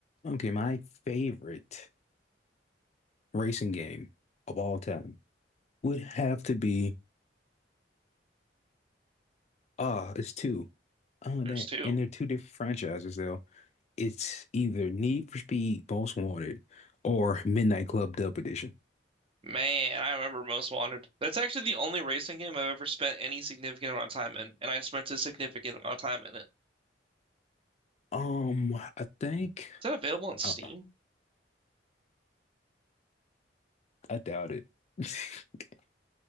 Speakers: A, on the left (about 40°); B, on the right (about 30°).
A: Okay, my favorite racing game of all time would have to be ah, it's two. Oh,
B: There's
A: that
B: two.
A: and they're two different franchises though. It's either Need for Speed Most Wanted or Midnight Club Dub Edition.
B: Man, I remember Most Wanted. That's actually the only racing game I've ever spent any significant amount of time in, and I spent a significant amount of time in it. Is
A: Um, I think
B: that available on Steam?
A: uh, I doubt it. <laughs>